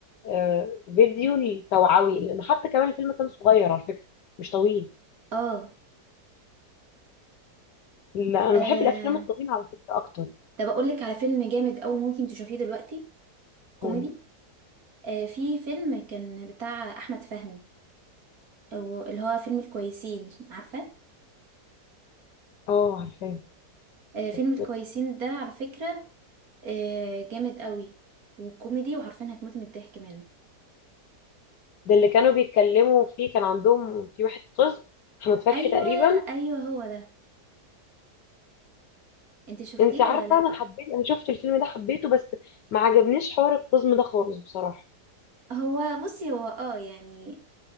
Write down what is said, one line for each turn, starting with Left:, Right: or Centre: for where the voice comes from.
Left: آه، فيديو التوعوي لان حتى كمان الفيلم كان صغير على فكره مش طويل
Right: اه
Left: لا انا
Right: آه،
Left: بحب الافلام الطويله على فكره اكتر
Right: طب أقولك على فيلم جامد أوي ممكن تشوفيه دلوقتي كوميدي
Left: قول.
Right: آه في فيلم كان بتاع أحمد فهمي أو اللي هو فيلم الكويسين عارفة
Left: اه عارفاه
Right: آه فيلم
Left: بس
Right: الكويسين ده على فكرة آه جامد قوي وكوميدي وعارفين هتموت من الضحك منه
Left: ده اللي كانوا بيتكلموا فيه كان عندهم في واحد قزم احمد فتحي
Right: ايوه
Left: تقريبا
Right: ايوه هو ده انت شفتيه
Left: انت
Right: ولا
Left: عارفه
Right: لا
Left: انا حبيت انا شفت الفيلم ده حبيته بس ما عجبنيش حوار القزم ده خالص بصراحه
Right: هو بصي هو اه يعني